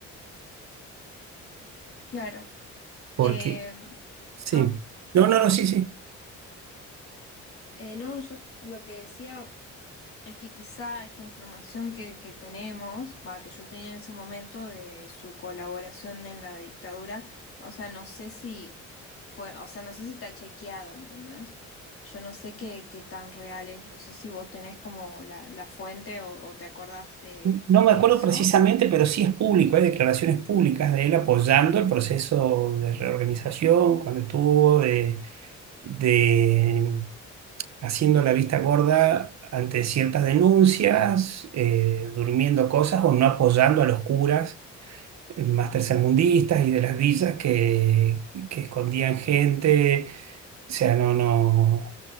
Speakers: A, on the left (about 45°); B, on the right (about 60°).
A: Claro.
B: porque
A: Eh,
B: sí.
A: ah,
B: No, no, no, sí, sí.
A: Eh, no, yo lo que decía Es que quizá esta información que, que tenemos, va, que yo tenía en ese momento de su colaboración en la dictadura, o sea, no sé si fue, o sea, no sé si está chequeado, ¿entendés? Yo no sé qué, qué tan real es, no sé si vos tenés como la, la fuente o, o te acordás de,
B: No
A: de
B: me acuerdo
A: eso.
B: precisamente, pero sí es público, hay declaraciones públicas de él apoyando el proceso de reorganización cuando estuvo, de de, haciendo la vista gorda ante ciertas denuncias, eh, durmiendo cosas o no apoyando a los curas eh, más tercermundistas y de las villas que, que escondían gente, o sea, no, no,